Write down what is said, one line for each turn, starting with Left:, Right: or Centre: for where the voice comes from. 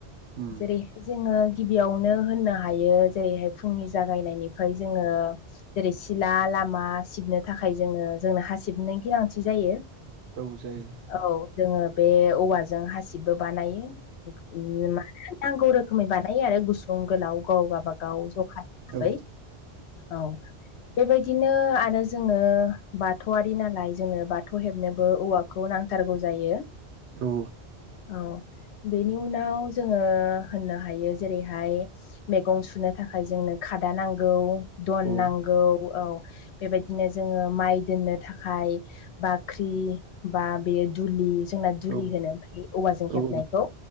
Right: उम
Left: जेरै जोङो गिबियावनो होननो हायो जेरैहाय फुंनि जागायनायनिफ्राय जोङो जेरै सिला लामा सिबनो थाखाय जोङो जोंनो हा सिबनायनि गोनांथि जायो।
Right: औ जायो।
Left: औ जोङो बे औवाजों हासिबबो बानायो। उम मा होनो नांगौ रोखोमै बानायो आरो गुसुं गोलाव गाव गाबागाव जखा हिसाबै।
Right: औ
Left: औ बेबायदिनो आरो जोङो बाथौआरि नालाय जोङो बा थौ हेबनोबो औवाखौ नांथारगौ जायो।
Right: औ।
Left: औ बेनि उनाव जोङो होननो हायो जेरैहाय मैगं सुनो थाखाय जोंनो खादा नांगौ। दन
Right: औ
Left: नांगौ। औ बेबायदिनो जोङो माइ दोननो थाखाय बाख्रि बा बे दुलि। जोंना दुलि
Right: औ
Left: होनो बै औवाजों
Right: औ
Left: हेबनायखौ।